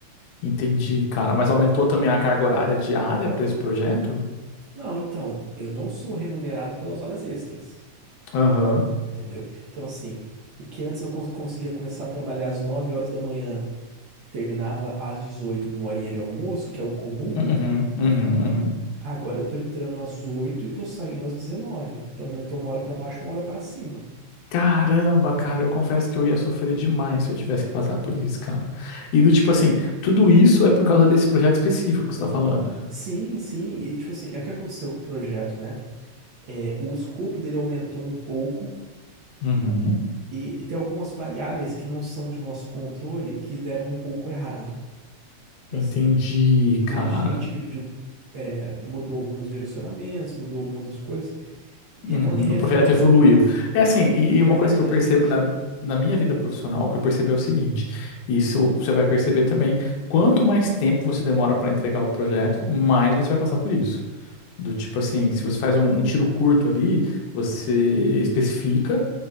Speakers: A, on the left; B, on the right.
A: Entendi, cara. Mas aumentou também a carga horária diária para esse projeto?
B: Não, então, eu não sou remunerado pelas horas extras,
A: Aham.
B: entendeu? Então, assim, o que antes eu cons- conseguia começar a trabalhar às 9 horas da manhã, terminava às 18 com uma horinha de almoço, que é o comum,
A: Uhum,
B: né?
A: uhum, uhum.
B: Agora eu tô entrando às 8 e tô saindo às 19. Então aumentou uma hora pra baixo, uma hora pra cima.
A: Caramba, cara, eu confesso que eu ia sofrer demais se eu tivesse que passar por isso, cara. E do tipo assim, tudo isso é por causa desse projeto específico que você tá falando.
B: Sim, sim, e tipo assim, é o que aconteceu com o projeto, né? é, o escopo dele aumentou um pouco
A: Uhum.
B: e, e tem algumas variáveis que não são de nosso controle que deram um pouco errado. Então,
A: Entendi,
B: Assim, teve
A: cara.
B: gente que pediu, é, mudou alguns direcionamentos, mudou algumas escolhas e
A: Uhum.
B: acaba que reflete,
A: O projeto evoluiu. É assim,
B: é,
A: e,
B: reflete
A: e uma coisa que
B: na
A: eu percebo
B: gente.
A: na, na minha vida profissional, que eu percebo é o seguinte: isso você vai perceber também. Quanto mais tempo você demora para entregar o projeto, mais você vai passar por isso. Do tipo assim, se você faz um, um tiro curto ali, você especifica,